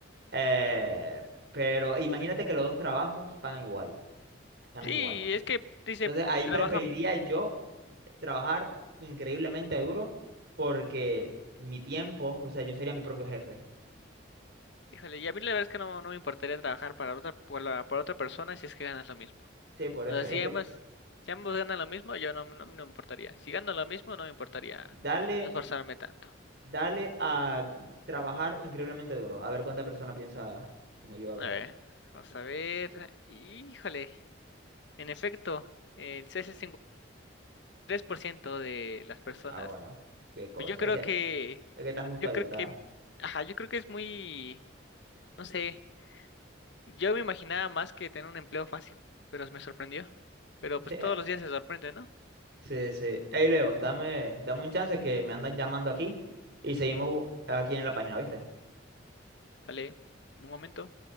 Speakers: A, on the right; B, on the left.
A: Eh, pero imagínate que los dos trabajos pagan igual, ganas
B: Sí,
A: igual.
B: es que dice,
A: Entonces ahí
B: trabajan,
A: preferiría yo trabajar increíblemente duro porque mi tiempo, o sea, yo sería mi propio jefe.
B: híjole, y a mí la verdad es que no, no me importaría trabajar para otra, para, para otra persona si es que ganas lo mismo.
A: Sí, por
B: O
A: eso.
B: sea,
A: Es
B: si
A: que
B: ambos, si ambos ganan lo mismo, yo no, no, no me importaría. Si gano lo mismo, no me importaría
A: dale,
B: no esforzarme tanto.
A: dale a trabajar increíblemente duro. A ver cuánta persona piensa como yo, a ver.
B: A ver, vamos a ver. Híjole, en efecto, el CS por ciento de las personas.
A: Ah, bueno, qué cosa.
B: Pues yo creo
A: Es que, es
B: que,
A: que está justo
B: yo
A: ahí,
B: creo
A: está.
B: que, ajá, yo creo que es muy, no sé, yo me imaginaba más que tener un empleo fácil, pero me sorprendió. Pero pues
A: Sí,
B: todos los días se sorprende, ¿no?
A: sí, sí. Hey, Leo, dame, dame un chance que me andan llamando aquí y seguimos aquí en la página, ¿viste?
B: Sale en un momento.